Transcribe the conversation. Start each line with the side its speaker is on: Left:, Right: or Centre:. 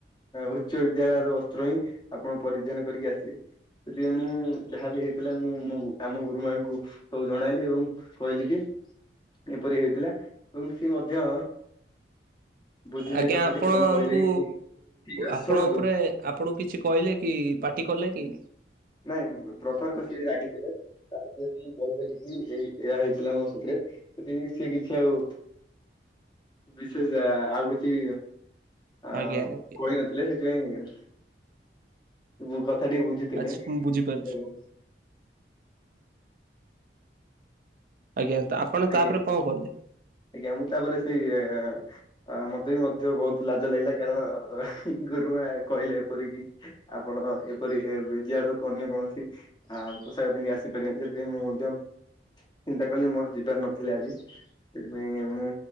Left: ଉଚ୍ଚ ବିଦ୍ୟାଳୟର ବସ୍ତ୍ର ହିଁ ଆପଣ ପରିଧାନ କରିକି ଆସିବେ। ସେଥିପାଇଁ ମୁଁ ଯାହା ବିି ହେଇଥିଲା ମୁଁ ମୋ ଆମ ଗୁରୁମାଙ୍କୁ ସବୁ ଜଣାଇଲି ଏବଂ କହିଲି କି ଏପରି ହେଇ ଥିଲା ଏବଂ ସିଏ ମଧ୍ୟ ବୁଝିଲେ
Right: ଆଜ୍ଞା
Left: ଏ କଥାଟି
Right: ଆପଣଙ୍କୁ
Left: ଏବଂ କହିଲେ କି ଠିକ ଠିକ ଅଛି
Right: ଆପଣ
Left: ଶୁଣନ୍ତୁ
Right: ଉପରେ ଆପଣଙ୍କୁ କିଛି କହିଲେ କି ପାର୍ଟି କଲେ କି?
Left: ନାଇଁ ପ୍ରଥମେ ତ ସିଏ ରାଗିଥିବେ? ତାପ ଯଦକି କହି କି ଏଇୟଆ ହେଇଥିଲା ମୋ ସାଥିରେ ସେଠି ସେ କିଛି ଆଉ ବିଶେଷ ଆଉ କିଛି ଆ
Right: ଆଜ୍ଞା ଆଜ୍ଞା
Left: କହି ନଥିଲେ ସେଥିପାଇଁ କଥା ଟିକେ ବୁଝିଥିଲେ।
Right: ଆଚ୍ଛା ମୁଁ ବୁଝିପାରୁଛି।
Left: ଏବଂ
Right: ଆଜ୍ଞା ତ ଆପଣ
Left: ଆଜ୍ଞା
Right: ତାପରେ କଣ କଲେ?
Left: ଆଜ୍ଞା ମୁଁ ତାପରେ ସେଇ ଆ ମତେ ବି ମଧ୍ୟ ବହୁତ ଲାଜ ଲାଗିଲା କାରଣ ଗୁରୁମା କହିଲେ ଏପରିକି ଆପଣ ଏପରି ବିଦ୍ୟାଳୟକୁ ଅନ୍ୟ କୌଣସି ଆ ପୋଷାକ ପିନ୍ଧି ଆସିପାରିବେନି ସେଥିପାଇଁ ମୁଁ ମଧ୍ୟ ଚିନ୍ତା କଲି ମୋର ଯିବାର ନଥିଲା ଆଜି। ସେଥିପାଇଁ ମୁଁ